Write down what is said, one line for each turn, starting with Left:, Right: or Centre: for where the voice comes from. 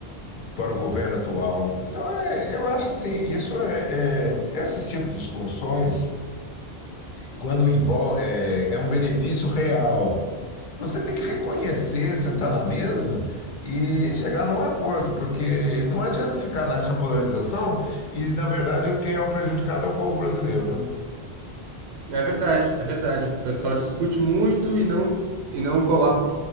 Left: para o governo atual. Então, é, eu acho assim, isso é, é- esses tipos de discussões, quando envolve, é, é um benefício real. Você tem que reconhecer, sentar na mesa e chegar num acordo, porque não adianta ficar nessa polarização e, na verdade, quem é o prejudicado é o povo brasileiro, né?
Right: É verdade, é verdade. O pessoal discute muito e não, e não coloca